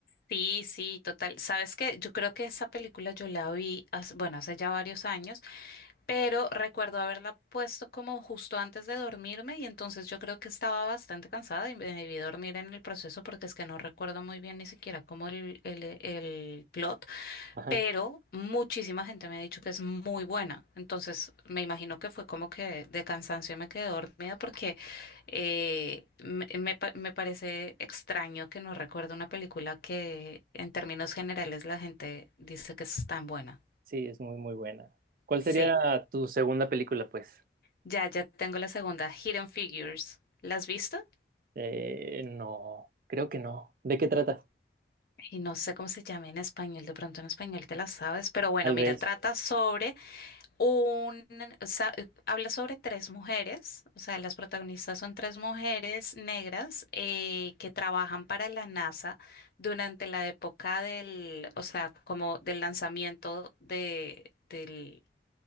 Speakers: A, on the left (about 55°); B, on the right (about 50°).
A: Sí, sí, total. Sabes que yo creo que esa película yo la vi, hace- bueno, hace ya varios años, pero recuerdo haberla puesto como justo antes de dormirme y entonces yo creo que estaba bastante cansada y me debí dormir en el proceso porque es que no recuerdo muy bien ni siquiera como el, el, el plot,
B: Ajá.
A: pero muchísima gente me ha dicho que es muy buena. Entonces, me imagino que fue como que de cansancio me quedé dormida porque eh, me, me pa- me parece extraño que no recuerde una película que en términos generales la gente dice que es tan buena.
B: Sí, es muy, muy buena. ¿Cuál
A: Sí,
B: sería tu segunda película, pues?
A: ya, ya tengo la segunda, Hidden Figures. ¿La has visto?
B: Eh, no, creo que no. ¿De qué trata?
A: Y no sé cómo se llama en español, de pronto en español te la sabes, pero bueno,
B: Tal
A: mira,
B: vez.
A: trata sobre Un, o sea, eh, habla sobre tres mujeres, o sea, las protagonistas son tres mujeres negras eh, que trabajan para la NASA durante la época del, o sea, como del lanzamiento de, del,